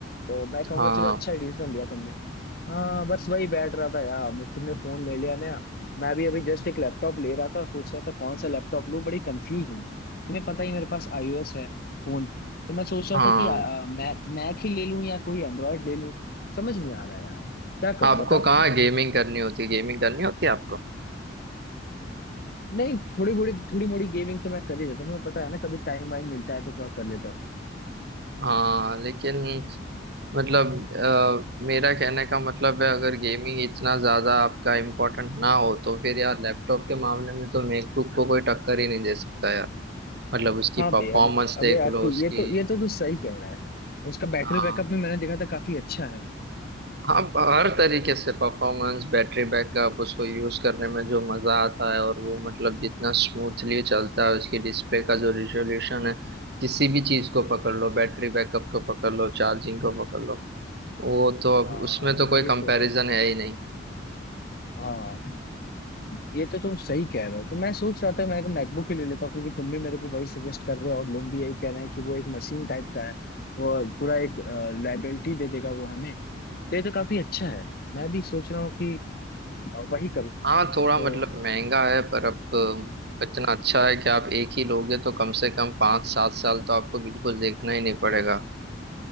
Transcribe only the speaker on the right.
हाँ
हम्म।
हाँ
आपको
कहाँ गेमिंग करनी होती गेमिंग करनी होती है आपको
हाँ लेकिन मतलब अ, मेरा कहने का मतलब है अगर गेमिंग इतना ज्यादा आपका इम्पोर्टेंट ना हो तो फिर यार लैपटॉप के मामले में तो मैकबुक को कोई टक्कर ही नहीं दे सकता यार मतलब उसकी
परफॉर्मेंस
देख
लो
उसकी
हाँ
हाँ हर तरीके से परफॉर्मेंस बैटरी बैकअप उसको यूज करने में जो मजा आता है और वो मतलब जितना स्मूथली चलता है उसकी डिस्प्ले का जो रिजोल्यूशन है किसी भी चीज को पकड़ लो बैटरी बैकअप को पकड़ लो चार्जिंग को पकड़ लो वो तो अब
उसमें तो कोई
कंपैरिजन
है ही नहीं
हाँ थोड़ा
मतलब महंगा है पर अब
अ, इतना अच्छा है कि आप एक ही लोगे तो कम से कम पाँच सात साल तो आपको बिल्कुल देखना ही नहीं पड़ेगा